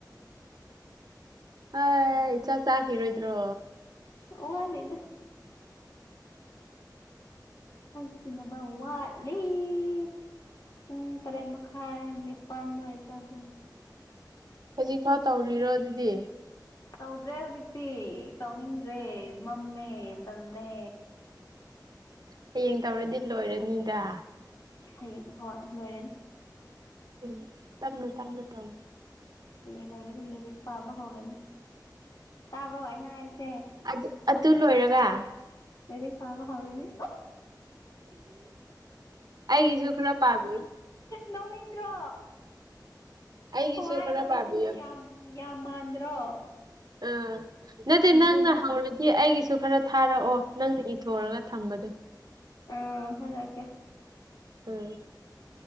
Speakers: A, on the right; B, on the left.
A: ꯑ ꯏ ꯆ ꯆꯈꯤ ꯏꯔꯣꯏꯗꯣ
B: ꯎ ꯂꯩꯗ ꯀꯩꯅꯅꯕ ꯋꯥꯠ ꯂꯩ ꯄꯨꯡ ꯇꯔꯦꯠ ꯃꯈꯥꯏ ꯅꯤꯄꯥꯟ ꯑꯗꯨꯋꯥꯏ ꯆꯥꯗꯣꯏꯅꯦ
A: ꯍꯧꯖꯤꯛꯐꯥꯎ ꯇꯧꯔꯤꯔꯣ ꯑꯗꯨꯗꯤ
B: ꯇꯧꯗ꯭ꯔꯦ ꯍꯧꯖꯤꯛꯇꯤ ꯇꯧꯅꯤꯡꯗ꯭ꯔꯦ ꯃꯝꯃꯦ ꯇꯜꯂꯦ
A: ꯍꯌꯦꯡ ꯇꯧꯔꯗꯤ ꯂꯣꯏꯔꯅꯤꯗ
B: ꯍꯌꯦꯡ ꯍꯣꯏ ꯂꯣꯏꯔꯅꯤ
A: ꯎꯝ ꯇꯞꯅ ꯇꯞꯅ ꯇꯝ
B: ꯍꯌꯦꯡ ꯂꯣꯏꯔꯦ ꯑꯗꯨ ꯂꯥꯏꯔꯤꯛ ꯄꯥꯕ ꯍꯧꯔꯅꯤ ꯇꯥꯕ꯭ꯔꯣ ꯑꯩꯅ ꯍꯥꯏꯔꯤꯁꯦ
A: ꯑꯗꯨ ꯑꯗꯨ ꯂꯣꯏꯔꯒ
B: ꯅꯗ ꯐꯔꯕ ꯍꯥꯎꯔꯅꯤ
A: ꯑꯩꯒꯤꯁꯨ ꯈ꯭ꯔ ꯄꯥꯕꯤ
B: ꯅꯧꯅꯦ ꯏꯟ꯭ꯔꯥ
A: ꯑꯩꯒꯤꯁꯨ
B: ꯍꯣꯏ ꯍꯥꯏꯗꯣꯏ
A: ꯈꯔ ꯄꯥꯕꯤꯌꯨ
B: ꯅꯪꯗꯤ ꯌꯥꯝ ꯌꯥꯝ ꯃꯥꯟꯗ꯭ꯔꯣ
A: ꯑ ꯅꯠꯇꯦ
B: ꯐꯤ
A: ꯅꯪꯅ
B: ꯇꯨꯅ
A: ꯍꯧꯔꯗꯤ ꯑꯩꯒꯤ ꯁꯨ ꯈꯔ ꯊꯥꯔꯛꯑꯣ ꯅꯪꯅ ꯏꯊꯣꯛꯑꯒ ꯊꯝꯕꯗꯣ
B: ꯑꯥ ꯊꯔꯀꯦ
A: ꯎꯝ